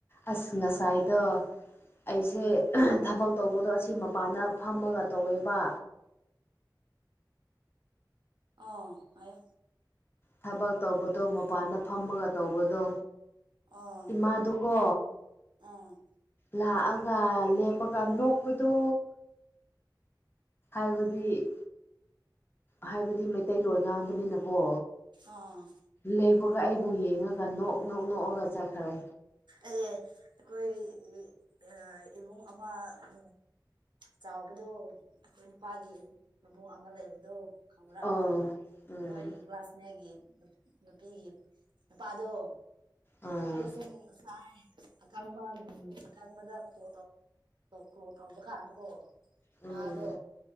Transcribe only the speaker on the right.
ꯑ ꯑꯣ
ꯑꯥ
ꯑꯥ
ꯑꯥ
ꯑꯦ ꯑꯩꯈꯣꯏ ꯑ ꯑꯃ ꯎ ꯆꯥꯎꯕꯗꯣ ꯑꯩꯈꯣꯏ ꯅꯨꯄꯥꯒꯤ ꯃꯕꯨꯡ ꯑꯃ ꯂꯩꯕꯗꯣ ꯈꯥꯎ꯭ꯔꯥ
ꯅꯣꯏꯒꯤ ꯀ꯭ꯂꯥꯁ ꯃꯒꯤ ꯅꯨꯄꯤꯒꯤ ꯅꯨꯄꯥꯗꯣ
ꯑꯩꯁꯦ ꯉꯁꯥꯏ ꯑꯀꯪꯕ ꯎ ꯑꯀꯪꯕꯗ ꯀ ꯀꯣ ꯇꯧꯕ ꯀꯥꯟꯗꯀꯣ
ꯃꯥꯗꯣ